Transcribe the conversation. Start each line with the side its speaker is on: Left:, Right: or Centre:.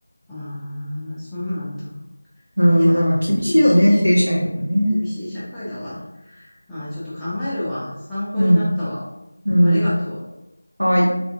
Centre: ああ、そうなんだ。
Right: うん、
Centre: いやー、
Right: まあだから厳しいよね、
Centre: 厳しいし、
Right: 正社員はね。
Centre: 厳しい社会だわ。ああ、ちょっと考えるわ。参考になったわ。
Right: うん、うん、
Centre: ありがとう。
Right: はい。